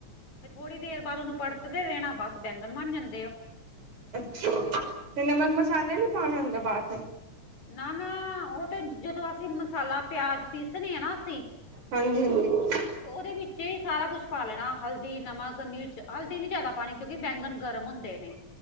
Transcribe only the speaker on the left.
ਤੇ ਥੋੜ੍ਹੀ ਦੇਰ ਬਾਦ ਉਹਨੂੰ ਪੜਤਦੇ ਰਹਿਣਾ ਬਸ ਬੈਂਗਨ ਬਣ ਜਾਂਦੇ ਆ ਉਹ।
ਨਾ-ਨਾ ਉਹ ਤੇ ਜਦੋਂ ਅਸੀਂ ਮਸਾਲਾ ਪਿਆਜ ਪੀਸਣੀ ਆ ਨਾ ਅਸੀ
ਉਹਦੇ ਵਿੱਚ ਹੀ ਸਾਰਾ ਕੁਛ ਪਾ ਲੈਣਾ ਹਲਦੀ, ਨਮਕ, ਮਿਰਚ ਹਲਦੀ ਨੀ ਜਾਦਾ ਪਾਣੀ ਕਿਉਂਕਿ ਬੈਂਗਨ ਗਰਮ ਹੁੰਦੇ ਨੇ